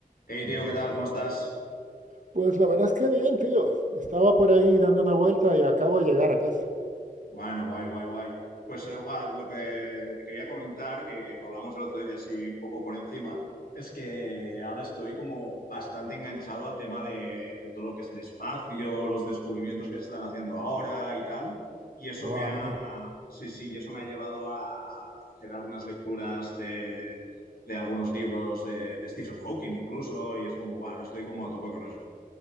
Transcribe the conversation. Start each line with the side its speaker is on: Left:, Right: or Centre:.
Left: Hey, tío, ¿qué tal? ¿Cómo estás?
Right: Pues la verdad es que bien, tío. Estaba por ahí dando una vuelta y acabo de llegar a casa.
Left: Bueno, guay, guay, guay. Pues eh, guau, lo que te quería comentar, que, que lo hablamos el otro día así un poco por encima, es que ahora estoy como bastante enganchado al tema de, de todo lo que es el espacio, los descubrimientos que se están haciendo ahora y tal. Y eso
Right: Guau,
Left: me ha,
Right: a mí,
Left: sí, sí, y eso me ha llevado a hacer algunas lecturas de, de algunos libros de, de Stephen Hawking incluso, y es como, guau, ahora estoy como a tope con eso.